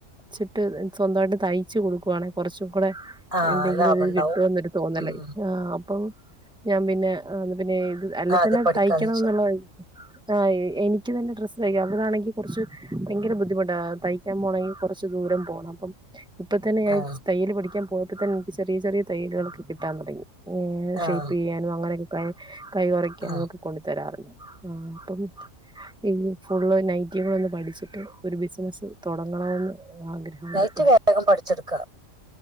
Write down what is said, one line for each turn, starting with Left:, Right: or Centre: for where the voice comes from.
Centre: ച്ചിട്ട് സ്വന്തമായിട്ട് തയ്ച്ചു കൊടുക്കുവാണേ കൊർച്ച് കൂടെ
Right: ആ
Centre: എന്തെങ്കിലും
Right: ലാഭം
Centre: ഒരിത്
Right: ഉണ്ടാവും
Centre: കിട്ടോന്നൊരു തോന്നല്
Right: ഉം.
Centre: ആ അപ്പൊ ഞാൻ പിന്നെ പിന്നെ ഇത് അല്ലതന്നെ
Right: ആ ആദ്യം പഠിക്കാന്ന്
Centre: തയ്ക്കണം
Right: വെച്ചു
Centre: എന്നുള്ള ഒരു ആഹ് എനിക്ക് തന്നെ ഡ്രസ്സ് തയ്ക്കാം അപ്പതാണെങ്കി കൊർച്ച് ഭയങ്കര ബുദ്ധിമുട്ട് തയ്ക്കാൻ പോണങ്കി കുറച്ച് ദൂരം പോണം അപ്പം ഇപ്പതന്നെ ഞാൻ
Right: ആ
Centre: തയ്യല് പഠിക്കാൻ പോയപ്പോ തന്നെ എനിക്ക് ചെറിയ ചെറിയ തയ്യലുകളൊക്കെ കിട്ടാൻ തൊടങ്ങി ഏ
Right: ആഹ്
Centre: ഷേപ്പ് ചെയ്യാനും അങ്ങനെയൊക്കെ കൈ കുറയ്ക്കാനും
Right: ആഹ്
Centre: ഒക്കെ കൊണ്ടു തരാറുണ്ട് ആഹ് അപ്പം ഇനി ഫുള്ള് നൈറ്റി കൂടെ ഒന്ന് പഠിച്ചിട്ട് ഒരു ബിസിനസ്സ് തുടങ്ങണമെന്ന് ആഗ്രഹമുണ്ട്
Right: നൈറ്റി വേഗം പഠിച്ചെടുക്കാ